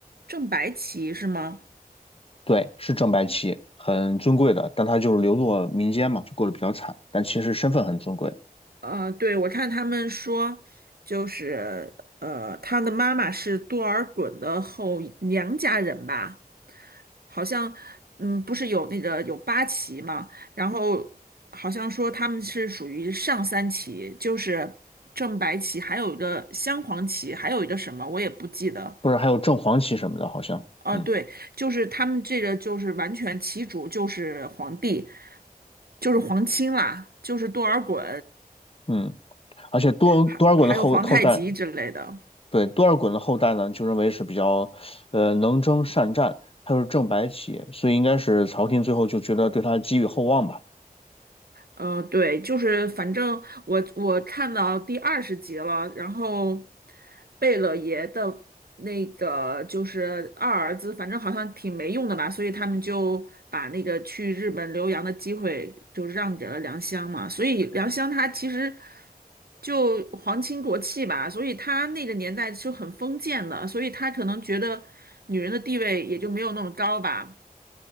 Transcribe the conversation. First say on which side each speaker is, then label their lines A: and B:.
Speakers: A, on the right (about 75°); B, on the left (about 35°).
A: 正白旗是吗？
B: 对，是正白旗，很尊贵的，但他就是流落民间嘛，就过得比较惨，但其实身份很尊贵，
A: 呃，对，我看他们说，就是呃，他的妈妈是多尔衮的后娘家人吧。好像，嗯，不是有那个有八旗嘛，然后好像说他们是属于上三旗，就是正白旗，还有一个镶黄旗，还有一个什么我也不记得。
B: 或者还有正黄旗什么的，好像，
A: 呃，
B: 嗯
A: 对，就是他们这个就是完全旗主就是皇帝，就是皇亲啦，就是多尔衮，
B: 嗯，而且多多尔衮的后后代，
A: 还还有皇太极之类的。
B: 对，多尔衮的后代呢，就认为是比较，呃，能征善战，他又是正白旗，所以应该是朝廷最后就觉得对他寄予厚望吧。
A: 嗯，对，就是反正我我看到第二十集了，然后贝勒爷的那个就是二儿子，反正好像挺没用的吧，所以他们就把那个去日本留洋的机会就让给了良乡嘛，所以良乡他其实就皇亲国戚吧，所以他那个年代是很封建的，所以他可能觉得女人的地位也就没有那么高吧。